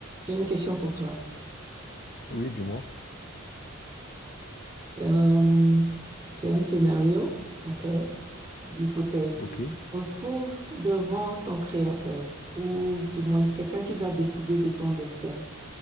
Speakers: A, on the right; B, on the left.
A: J'ai une question pour toi.
B: Oui, dis-moi.
A: Euh, c'est un scénario, ok, d'hypothèse.
B: Ok,
A: Tu te retrouves devant ton créateur, ou du moins c'est quelqu'un qui doit décider de ton destin